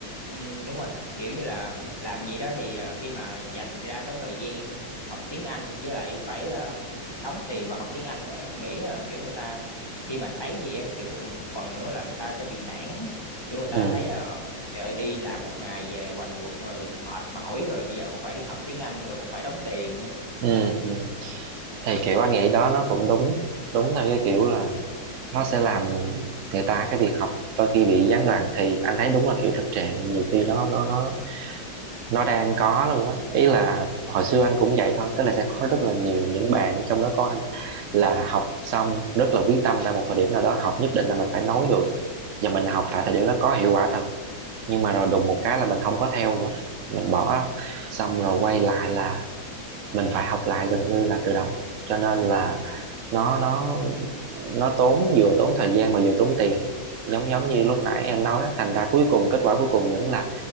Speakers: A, on the left; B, on the right.
A: ừ, đúng rồi kiểu như là làm gì đó thì ờ, khi mà dành ra cái thời gian học tiếng Anh với lại phải ờ, đóng tiền vào học tiếng Anh nữa em nghĩ là kiểu người ta khi mà thấy vậy á, kiểu một phần nữa là người ta sẽ bị nản kiểu người ta
B: ừ
A: thấy là giờ đi làm một ngày về quành quật rồi mệt mỏi rồi bây giờ còn phải đi học tiếng Anh rồi còn phải đóng tiền nữa
B: ừ ừ thì kiểu anh nghĩ đó nó cũng đúng đúng theo cái kiểu là nó sẽ làm người ta cái việc học đôi khi bị gián đoạn thì anh thấy đúng là kiểu thực trạng nhiều khi nó nó nó nó đang có luôn á ý là hồi xưa anh cũng vậy thôi tức là sẽ có rất là nhiều những bạn trong đó có anh là học xong rất là quyết tâm ra một thời điểm nào đó học nhất định là mình phải nói được và mình học tại thời điểm đó có hiệu quả thật nhưng mà rồi đùng một cái là mình không có theo nữa mình bỏ xong rồi quay lại là mình phải học lại gần như là từ đầu cho nên là nó nó nó tốn vừa tốn thời gian mà vừa tốn tiền giống giống như lúc nãy em nói á, thành ra cuối cùng kết quả cuối cùng vẫn là